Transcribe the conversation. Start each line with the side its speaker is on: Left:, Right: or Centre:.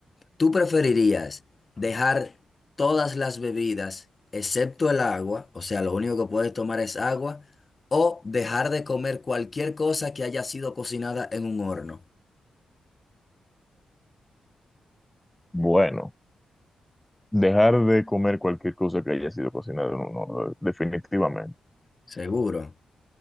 Left: ¿Tú preferirías dejar todas las bebidas excepto el agua, o sea, lo único que puedes tomar es agua, o dejar de comer cualquier cosa que haya sido cocinada en un horno?
Centre: Bueno, dejar de comer cualquier cosa que haya sido cocinada en un horno, definitivamente.
Left: Seguro.